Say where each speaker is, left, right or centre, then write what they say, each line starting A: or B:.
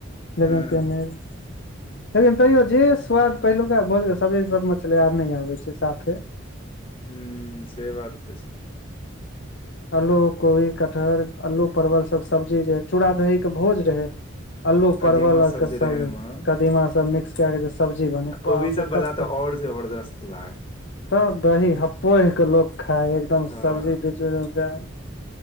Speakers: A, on the left; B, on the left.
A: हँ
B: लेकिन के लेकिन तैयो जे स्वाद पेहलुका भोज सब्जी सब म छले आब नय आबै छै साफे
A: हूं से बात तऽ छै
B: आलू कोबी कटहर आलू परवल सभ सब्जी जे चूड़ा दही के भोज रहै अलू परवल
A: कदीमा
B: आर
A: सब
B: के सब्जी
A: जे रहे ओमे
B: कदीमा सब मिक्स के कऽ जे छै सब्जी बने
A: आ
B: बाप
A: कोबी सब
B: रे
A: वाला
B: कते
A: तऽ और जबरदस्त लागे
B: तब दही हपोएह के लोक खाइ ह एकदम
A: तऽ
B: सब्जी बिच में देए